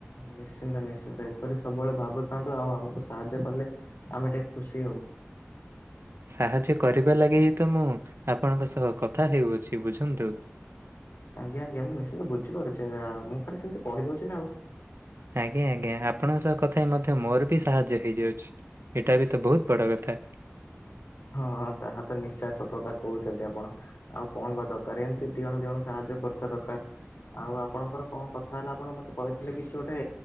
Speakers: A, on the left; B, on the right.
A: ନିଶ୍ଚିନ୍ତ ନିଶ୍ଚିନ୍ତ ଏପରି ସବୁବେଳେ ଭାବୁଥାନ୍ତୁ ଆଉ ଆମକୁ ସାହାଯ୍ୟ କଲେ ଆମେ ଟିକେ ଖୁସି ହବୁ। <unintelligible>
B: ସାହାଯ୍ୟ କରିବା ଲାଗି ହିଁ ତ ମୁଁ ଆପଣଙ୍କ ସହ କଥା ହେଉଅଛି ବୁଝନ୍ତୁ।
A: ଆଜ୍ଞା ଆଜ୍ଞା ମୁଁ ନିଶ୍ଚିନ୍ତ ବୁଝିପାରୁଛି ମୁଁ ଖାଲି ସେମିତି କହିଦଉଛି ନା ଆଉ।
B: ଆଜ୍ଞା ଆଜ୍ଞା ଆପଣଙ୍କ ସହ କଥା ହେଇ ମଧ୍ୟ ମୋର ବି ସାହାଯ୍ୟ ହେଇଯାଉଛି। ଏଇଟା ବି ତ ବହୁତ ବଡ଼ କଥା।
A: ହଁଁ ତାହା ତ ନିଶ୍ଚୟ ସତକତା କହୁଛନ୍ତି ଆପଣ ଆଉ କଣ ବା ଦରକାର ଏମତି ଦିଣ ଦିଣ ସାହା ଯ୍ୟ କରୁଥିବା ଦରକାର। ଆଉ ଆପଣଙ୍କର କଣ କଥା ହେଲା ଆପଣ ମତେ କହିଥିଲେ କିଛି ଗୋଟେ